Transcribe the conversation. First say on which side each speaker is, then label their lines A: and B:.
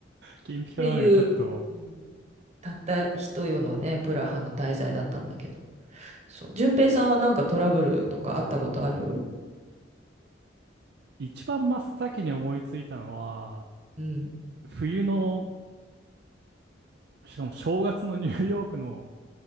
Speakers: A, on the right; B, on the right.
A: 金ピカなのがちょっと、
B: っていう、うんたった一夜のね、プラハの滞在だったんだけど。そう。順平さんはなんかトラブルとかあったことある
A: 一番真っ先に思いついたのは、
B: うん。
A: 冬の、しかも正月のニューヨークの